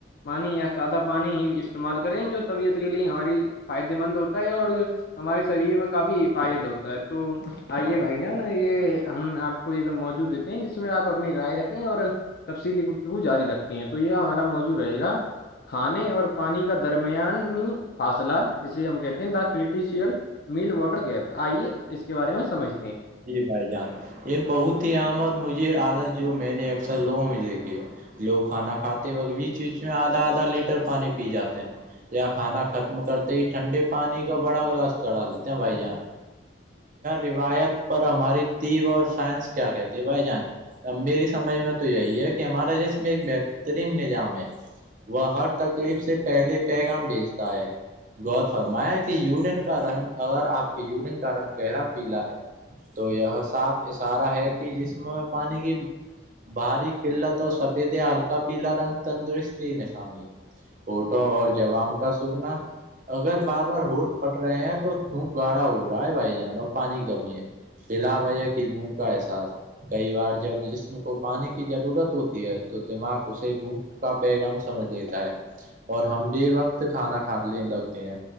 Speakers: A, on the left; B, on the right.
A: پانی یا سادہ پانی ہی استعمال کریں جو طبیعت کے لیے ہماری فائدے مند ہوتا ہے اور ہمارے شریر میں کافی فائدہ ہوتا ہے تو آئیے بھائی جان یہ ہم آپ کوئیم موجود دیتے ہیں جس میں آ اپنی رائے رکھیں اور تفصیلی جاری رکھتے ہیں تو یہ ہمارا موجو رہے گا کھانے اور پانی کا درمیانی فاصلہ جسے ہم کہتے ہیں دا کرٹیشیل میل واٹر گیپ آئیے اس کے بارے میں سمجھ
B: جی بھائی جان ایک بہت ہی عام اور مجھے عادت جو میں نے اکثر لوگوں میں سے کی لوگ کھانا کھاتے وقت بیچ بیچ میں آدھا آدھا لیٹر پانی پی جاتے ہیں یا کھانا ختم کرتے ہی ٹھنڈے پانی کا بڑا گلاس چڑھا لیتے ہیں بھائی جان روایت پر ہماری تی اور سائنس کیا کہتی ہے بھائی جان میری سمجھ میں تو یہی ہے کہ ہمارا جس میں ایک بہترین نظام ہے وہ ہر تکلیف سے پہلے پیغام بھیجتا ہے غور فرمایا کہ یورین کا رنگ اگر آپ کے یورین کا رنگ گہرا پیلا ہے تو یہ صاپ اشارہ ہے کہ جس میں میں پانی کی بھاری قلت اور سفید یا ہلکا پیلا رنگ تندرست ہی نشانی ہے فوٹو اور جوام کا سکنا اگر بار بار ہوٹ پھٹ رہے ہیں تو دوک گاڑھا ہوگ رہا ہے بھائی جانو پانی کی کمی ہے بلا بھیا کی بون کا احساس کئی بار جب جسم کو پانی کی ضرورت ہوتی ہے تو دماغ اسے کا پیغام سمجھ دیتا ہے اور ہم بھی وقت کھانا کھا لیں لگتے ہیں